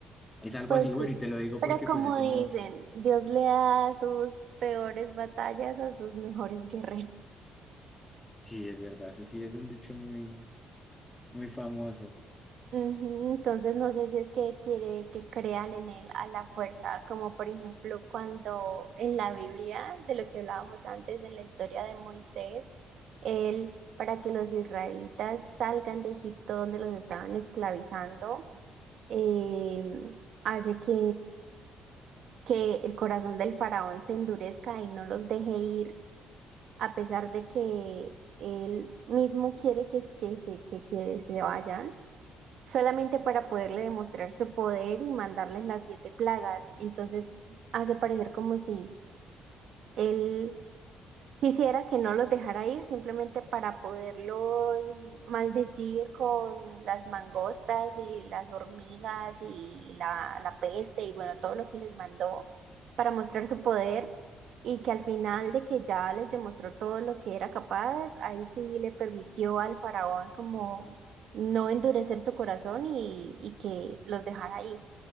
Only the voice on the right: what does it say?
Pues
sí,
pero como
dicen, Dios le da sus peores batallas a sus mejores guerreros. <laughs>
Ujú, Entonces no sé si es que quiere que crean en él a la fuerza, como por ejemplo cuando en la Biblia, de lo que hablábamos antes en la historia de Moisés, él, para que los israelitas salgan de Egipto donde los estaban esclavizando, em, hace que que el corazón del faraón se endurezca y no los deje ir, a pesar de que él mismo quiere que, que se, que, que se vayan, solamente para poderle demostrar su poder y mandarles las siete plagas. Entonces hace parecer como si él Quisiera que no los dejara ir simplemente para poderlos maldecir con las mangostas y las hormigas y la, la peste y bueno, todo lo que les mandó para mostrar su poder y que al final de que ya les demostró todo lo que era capaz, ahí sí le permitió al faraón como no endurecer su corazón y, y que los dejara ir,